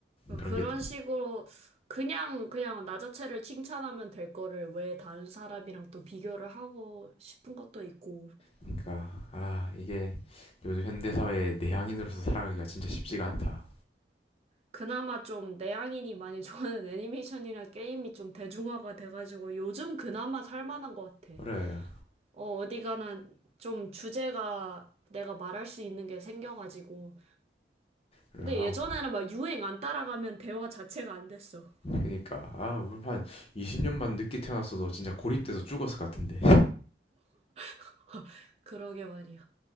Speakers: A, on the left; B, on the right.
A: 그런
B: 그런
A: 게 좀
B: 식으로 그냥 그냥 나 자체를 칭찬하면 될 거를 왜 다른 사람이랑 또 비교를 하고 싶은 것도 있고
A: 그러니까 아 이게 요즘 현대사회의 내향인으로서 살아가기가 진짜 쉽지가 않다
B: 그나마 좀 내향인이 많이 <laughs> 좋아하는 애니메이션이나 게임이 좀 대중화가 돼가지고 요즘 그나마 살만한 것 같아.
A: 그래
B: 어, 어디 가나 좀 주제가 내가 말할 수 있는 게 생겨가지고
A: 그래
B: 근데
A: 하
B: 예전에는 막 유행 안 따라가면 대화 자체가 안 됐어.
A: 그러니까 아 우리 한 20년만 늦게 태어났어도 진짜 고립돼서 죽었을 것 같은데
B: <laughs> 그러게 말이야.